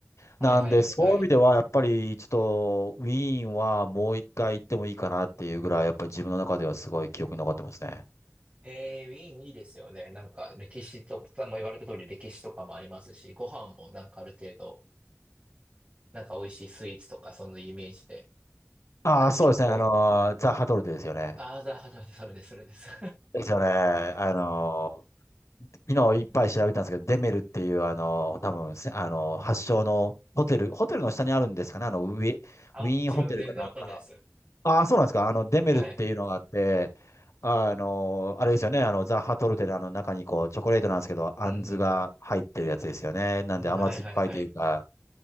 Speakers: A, on the left (about 80°); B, on the right (about 30°).
A: なんで、
B: はいはいはいはい。
A: そういう意味では、やっぱりちょっとウィーンはもう一回行ってもいいかなっていうぐらい、やっぱり自分の中ではすごい記憶に残ってますね。
B: えー、ウィーンいいですよね。なんか歴史と、もう言われた通り歴史とかもありますし、ご飯もなんかある程度、なんか美味しいスイーツとかそのイメージで。
A: ああ、
B: なんか結構、
A: そうですね。あのー、ザ・ハトルテですよね。
B: ああ、だ、だ、だ、それです、それです。
A: ですよね。あのー、昨日いっぱい調べたんですけど、デメルっていう、あのー、多分せあのー、発祥のホテル、ホテルの下にあるんですかね。あの、ウィ、
B: <laughs> あ、
A: ウィーンホテルかなんか
B: 自分も全然わかんないです。
A: ああ、そうなんですか。あの、デメルっていうのがあって、
B: はい。
A: あの、あれですよね。あの、ザ・ハトルテのあの中にこう、チョコレートなんですけど、あんずが入ってるやつですよね。
B: うん
A: なんで甘酸っぱいというか、
B: うん。うん、はいはいはい。